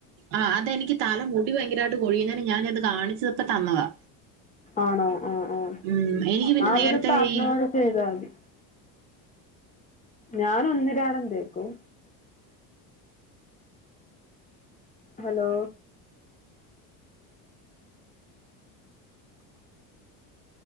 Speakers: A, on the right; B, on the left.
A: ആഹ് അതെനിക്ക് തല മുടി ഭയങ്കരമായിട്ട് കൊഴിയുന്നന് ഞാചെന്ന് കാണിച്ചപ്പ തന്നതാ
B: ആണോ ആഹ്
A: ഉം എനിക്ക്
B: ആഹ്
A: പിന്നെ
B: അവര്
A: നേരത്തെ
B: പറഞ്ഞപോലെ
A: ഈ
B: ചെയ്താൽ മതി ഞാൻ ഒന്നിരാടം തേക്കും ഹലോ